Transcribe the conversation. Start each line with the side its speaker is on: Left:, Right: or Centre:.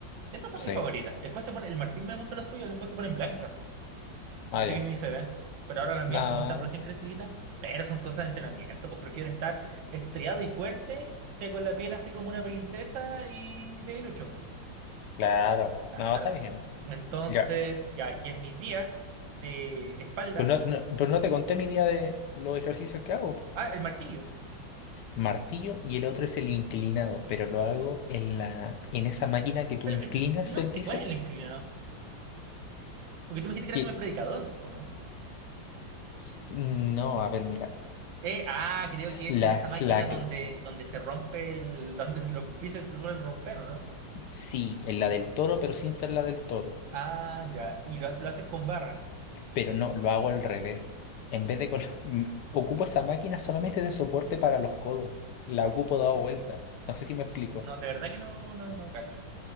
Right: Esas son
Left: sí,
Right: mis favoritas. Después se pone, el Martín me mostró las suyas, después se ponen blancas.
Left: ah,
Right: O sea
Left: ya,
Right: que ni se ven. Pero ahora las
Left: no,
Right: mías, como están recién creciditas, pero son cosas de entrenamiento. Pues prefiero estar estriado y fuerte que con la piel así como una princesa y de lucho. pues.
Left: claro,
Right: Claro.
Left: no, está bien,
Right: Entonces,
Left: ya,
Right: ya, y en mis días de espalda.
Left: pues no, no, pero no te conté mi día de los ejercicios que hago,
Right: Ah, el martillo.
Left: martillo y el otro es el inclinado, pero lo hago en la, en esa máquina que tú
Right: Pero
Left: inclinas
Right: es que no
Left: el
Right: sé,
Left: bíceps,
Right: ¿cuál es el inclinado? Porque tú me dijiste que era
Left: que,
Right: como el predicador, ¿o no?
Left: s- no, a ver, mira,
Right: Eh, ah, creo que es
Left: la,
Right: en esa máquina
Left: la,
Right: donde, donde se rompe el. <laughs> donde los bíceps se suelen romper, ¿o no?
Left: sí, en la del toro, pero sin ser la del toro.
Right: Ah, ya. Y lo, lo haces con barra.
Left: pero no, lo hago al revés. En vez de... colo- <laughs> m- Ocupo esa máquina solamente de soporte para los codos. La ocupo dado vuelta. No sé si me explico.
Right: No, de verdad que no, no, no cacho.